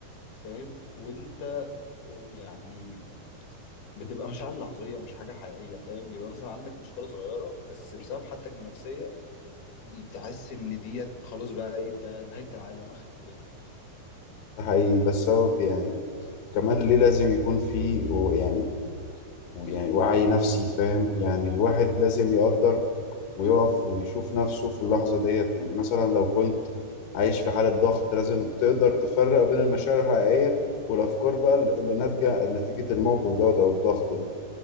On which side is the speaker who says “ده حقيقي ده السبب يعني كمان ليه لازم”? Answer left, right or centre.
Left